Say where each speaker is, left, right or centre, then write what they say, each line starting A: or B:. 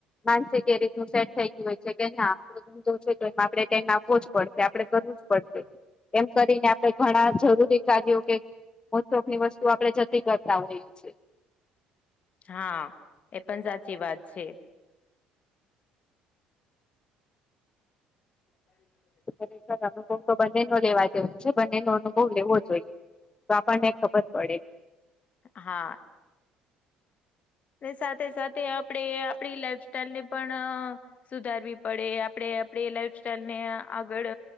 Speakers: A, on the left (about 30°); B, on the left (about 45°).
A: માનસિક એ રીતનું સેટ થઈ ગયું હોય છે કે ના આપ ધંધો તો એ આપમ ના આપવો જ પડે આપણે કરવું જ પડશે એમ કરીને આપણે ઘણા જરૂરી કાર્યો કે મોસ્ટ ઓફલી વસ્તુ આપણે જતી કરતા હોએ છે.
B: હા એ પણ સાચી વાત છે. <inaudible>
A: ખરે સર અનુભવ તો બંને ન લેવા જેવું છે બંનેનો અનુભવ લેવો જોઈએ. તો આપણને ખબર પડે,
B: હા અને સાથે સાથે આપડે આપડી લાઈફ સ્ટાઈલ ને પણ સુધારવી પડે આપણે આપડી લાઈફ સ્ટાઈલ ને આગળ